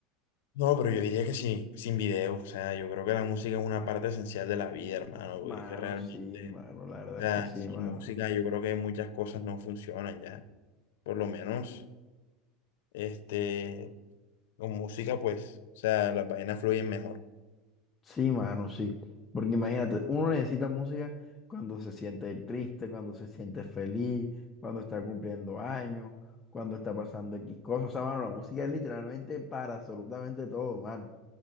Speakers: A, on the left; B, on the left.
A: No, pero yo diría que sí, sin video. O sea, yo creo que la música es una parte esencial de la vida, hermano,
B: Mano,
A: porque es que realmente
B: sí, mano, la verdad
A: sea,
B: es que sí,
A: sin
B: mano.
A: música yo creo que muchas cosas no funcionan ya. Por lo menos, este, con música, pues, o sea, las vainas fluyen mejor.
B: Sí, mano, sí. Porque imagínate, uno necesita música cuando se siente triste, cuando se siente feliz, cuando está cumpliendo años, cuando está pasando X cosas. O sea, mano, la música es literalmente para absolutamente todo, mano.